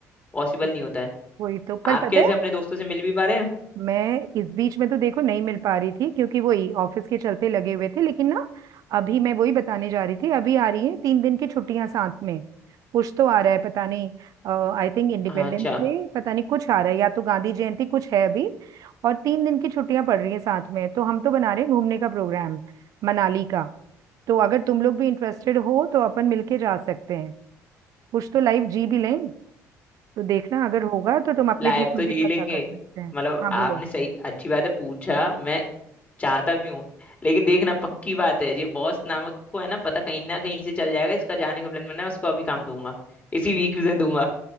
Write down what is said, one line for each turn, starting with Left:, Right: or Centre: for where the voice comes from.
Left: पॉसिबल
Right: हम्म।
Left: नहीं होता है
Right: वही तो पर
Left: आप
Right: पता
Left: कैसे
Right: है
Left: अपने दोस्तों से मिल भी पा रहे हैं
Right: मैं इस बीच में तो देखो नहीं मिल पा रही थी क्योंकि वही ऑफिस के चलते लगे हुए थे लेकिन ना अभी मैं वही बताने जा रही थी अभी आ रही है तीन दिन की छुट्टियां साथ में कुछ तो आ रहा है पता नहीं आई थिंक इंडिपेंडेंस
Left: हाँ, अच्छा
Right: डे पता नहीं कुछ आ रहा है या तो गांधी जयंती कुछ है अभी और तीन दिन की छुट्टियां पड़ रही हैं साथ में तो हम तो बना रहे हैं घूमने का प्रोग्राम मनाली का तो अगर तुम लोग भी इंटरेस्टेड हो तो अपन मिलके जा सकते हैं कुछ तो लाइव जी भी लें तो देखना अगर होगा तो तुम अपने
Left: लाइफ
Right: ग्रुप में
Left: तो
Right: भी
Left: जी
Right: पता
Left: लेंगे
Right: कर सकते हैं
Left: मतलब
Right: हाँ
Left: आपने
Right: बोलो
Left: सही अच्छी बात है पूछा मैं चाहता भी हूँ लेकिन देखना पक्की बात है ये बॉस नामक को है ना पता कहीं ना कहीं से चल जाएगा इसका जाने का प्लान बना है उसको अभी काम दूंगा इसी वीक में दूंगा